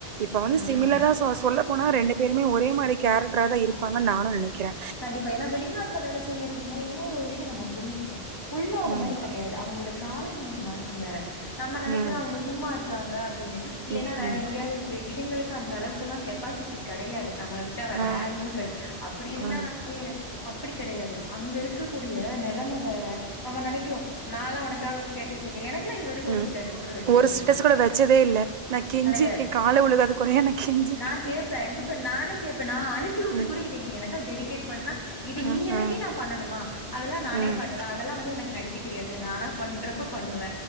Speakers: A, on the right; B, on the left.
A: இப்ப வந்து
B: ம்.
A: சிமிலரா சொல்ல போன ரெண்டு பேருமே ஒரே மாரி கேரக்டராதா இருப்பாங்கன் நானு நெனைக்கிறே
B: கண்டிப்பா ஏன்னா வெளிநாட்டுல வேல செய்யறதுங்க இன்னொரு விஷயோ நம்ம புரிஞ்சுக்கணு உள்நாடு
A: ம்,
B: மாதிரி கெடையாது அவுங்ளோட கால நிலை மாற்றம் வேற நம்ம நெனைக்குறோ
A: ம்,
B: அவுங்க சும்மா இருக்காங்க அப்டின்னு இல்லலன்னா
A: ம்,
B: வேற
A: ம்,
B: எங்கயாவது இதுங்களுக்கு அந்த அளவுக்குல்லா கெப்பாசிட்டி கெடையாது நம்மள விட்ட வேற
A: ஆ,
B: யாரு இருக்க கெடையாது அப்டி
A: ஆ,
B: <unintelligible> அப்டி கெடையாது அங்க இருக் கக்கூடிய நெலெம வேற நம்ம நெனைக்கிறோ நால்லா உனக்காக ஒரு ஸ்டேட்டஸ் வக்கிறே எனக்கு எல்லா இது வரைக்கு
A: ம்.
B: ஒரு ஸ்டேட்டஸ் கூட வச்சது
A: ஒரு
B: கிடையாது.
A: ஸ்டேட்டஸ் கூட வச்சதே இல்ல நா கெஞ்சிருக்கே
B: கிடையாது.
A: கால்ல உழுகாத கொறையா நா கெஞ்சிருக்கே
B: நா கேப்பே இந்தபாரு நானே கேப்பே நா அனுப்பி விட்டு
A: ம்,
B: கூட இத எனக்கு டெடிகேட் பண்ணுணா இது நீ
A: ம்,
B: அனுப்பி
A: ம்,
B: நா பண்ணனுமா அதுல்லா நானே
A: ம்,
B: பண்ணுவே அது எல்லா வந்து எனக்கு நடிக்க எனக்கே தெரியாது நானா பண்றப்ப பண்ணுவ